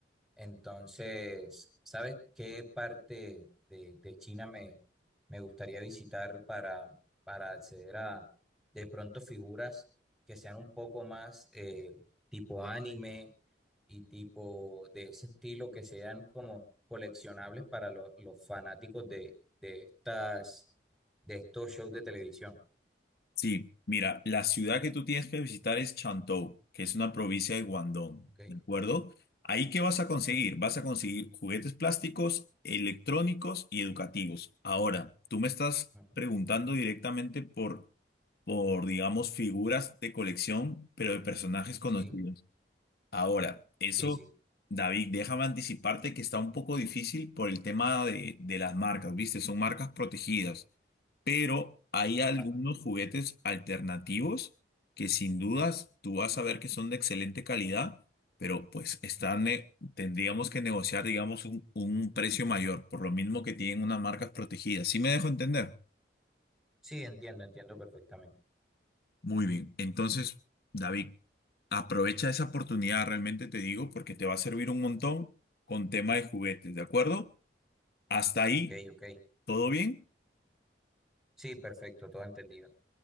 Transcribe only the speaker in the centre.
Entonces, ¿sabes qué parte de, de China me, me gustaría visitar para, para acceder a de pronto figuras que sean un poco más eh, tipo anime y tipo de ese estilo que sean como coleccionables para lo- los fanáticos de, de estas de estos shows de televisión?
¿ok?
Ujú.
Sí,
sí, sí.
Ah,
Sí, entiendo, entiendo perfectamente.
Ok, ok.
Sí, perfecto, todo entendido.